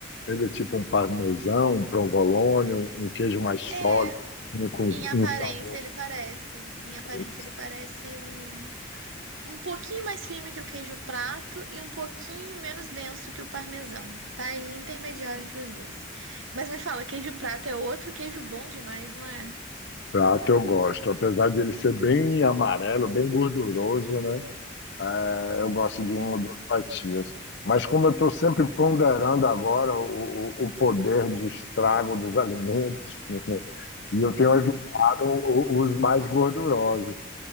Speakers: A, on the left (about 60°); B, on the right (about 80°).
A: Ele é tipo um parmesão, um provolone, um, um queijo mais
B: É,
A: sólido, um, com
B: em aparência
A: um sabor
B: ele parece, em aparência
A: Esse
B: ele parece um Um pouquinho mais firme que o queijo prato e um pouquinho menos denso que o parmesão. Tá aí intermediário entre os dois. Mas me fala, queijo prato é outro queijo bom demais, não é?
A: prato eu gosto. Apesar de ele ser bem amarelo, bem gorduroso, né? É, eu gosto de
B: É.
A: uma ou duas fatias. Mas como eu estou sempre ponderando agora o, o, o poder de estrago dos alimentos, <laughs> e eu tenho evitado o- os mais gordurosos,